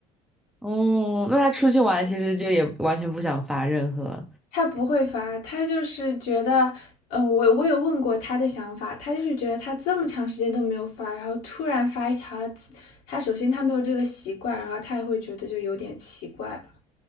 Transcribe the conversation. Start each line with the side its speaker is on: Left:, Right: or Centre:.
Centre: 哦，那他出去玩其实就也完全不想发任何。
Left: 他不会发，他就是觉得，嗯，我我有问过他的想法，他就是觉得他这么长时间都没有发，然后突然发一条他自他首先他没有这个习惯，然后他也会觉得就有点奇怪吧。